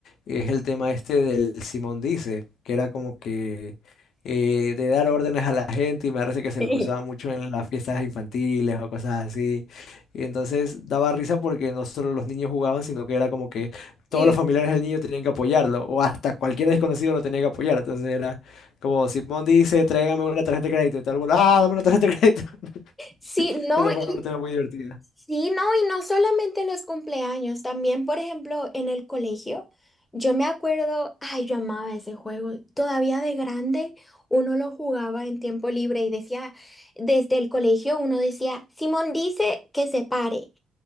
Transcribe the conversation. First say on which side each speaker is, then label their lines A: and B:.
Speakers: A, on the left; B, on the left.
A: es el tema este del Simón Dice, que era como que eh, de dar órdenes a la gente y me parece que se
B: Sí.
A: lo usaba mucho en las fiestas infantiles o cosas así. Y entonces daba risa porque no solo los niños jugaban, sino que era como que
B: Sí.
A: todos los familiares del niño tenían que apoyarlo o hasta cualquier desconocido lo tenía que apoyar. Entonces era como Simón Dice, tráigame una tarjeta de crédito y todo el mundo, ah, dame una tarjeta de crédito. <laughs>
B: Sí, no,
A: Esa parte
B: y
A: era muy divertida.
B: sí, no, y no solamente en los cumpleaños, también, por ejemplo, en el colegio. Yo me acuerdo, ay, yo amaba ese juego. Todavía de grande, uno lo jugaba en tiempo libre y decía, desde el colegio uno decía, Simón dice que se pare.